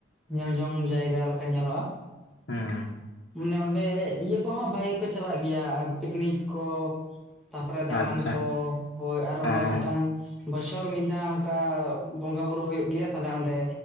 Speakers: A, in the centre; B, on the left.
A: ᱧᱮᱞ ᱡᱚᱝ ᱡᱟᱭᱜᱟ ᱞᱮᱠᱟ ᱧᱮᱞᱚᱜ-ᱟ᱾
B: ᱦᱩᱸᱻ
A: ᱢᱟᱱᱮ ᱚᱸᱰᱮ ᱤᱭᱟᱹ ᱠᱚᱦᱚᱸ ᱵᱷᱟᱜᱮ ᱠᱚ ᱪᱟᱞᱟᱜ ᱜᱮᱭᱟ ᱯᱤᱠᱱᱤᱠ ᱠᱚ᱾ ᱛᱟᱯᱚᱨᱮ ᱫᱟᱬᱟᱱ
B: ᱟᱪᱪᱷᱟ
A: ᱠᱚ ᱦᱳᱭ ᱟᱨ ᱚᱸᱰᱮ
B: ᱦᱮᱸ
A: ᱢᱤᱫᱴᱟᱝ ᱵᱚᱪᱷᱚᱨ ᱢᱤᱫ ᱫᱷᱟᱣ ᱚᱱᱠᱟ ᱵᱚᱸᱜᱟ ᱵᱩᱨᱩ ᱦᱩᱭᱩᱜ ᱜᱮᱭᱟ ᱛᱟᱦᱞᱮ ᱚᱸᱰᱮ